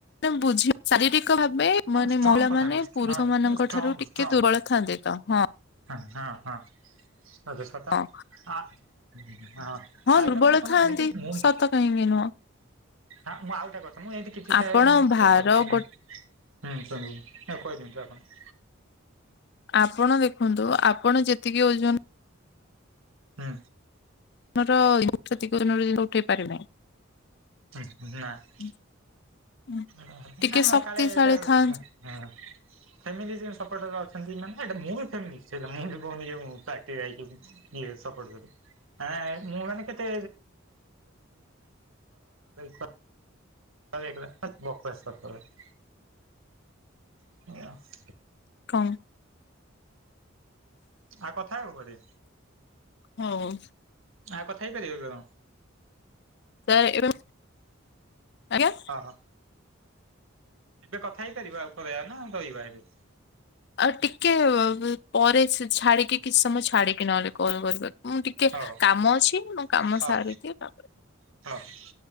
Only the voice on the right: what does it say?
ଷ୍ଟ୍ରଙ୍ଗ
କଥା
କହୁଛି
ହଁ
ଷ୍ଟ୍ରଙ୍ଗ
ଷ୍ଟ୍ରଙ୍ଗ
ହଁ ହଁ ହଁ ସଦୁ ସତ
ଆ ହଁ ଆଉତା
ମାନେ କଣ
ଜେମ୍ତି ମୁଁ ହିଁ
ଆ ମୁଁ ଆଉ <unintelligible> ହୁଁ
ଶୁଣିବି
ତାକୁ କଇଦିଅନ୍ତୁ ଆପଣ।
ହୁଁ।
<unintelligible>
<unintelligible>
କାଳେ ଏଟା <unintelligible>
ଫ୍ୟାମିଲିରେ ସପୋଟର ଅଛନ୍ତି। ମାନେ ହେଟା ମୁଁ ବି ଫ୍ୟାମିଲି ସେଟା ମୁଁ ବି କହୁନି ଯେ <unintelligible> ଇଏ ସପଟ୍ କରିବ। ଆଁ ଆଏ ମୁଁ ମାନେ କେତେ <unintelligible> <unintelligible> <inaudible>
ଆଉ କଥା ହେବୁ ପରେ।
ଆ କଥା ହେଇପାରିବ।
ହଁ। ଏବେ କଥା ହେଇପାରିବା ପଳେଇବା ନା ରହିବା ଏବେ।
ହଉ
ହଉ
<unintelligible>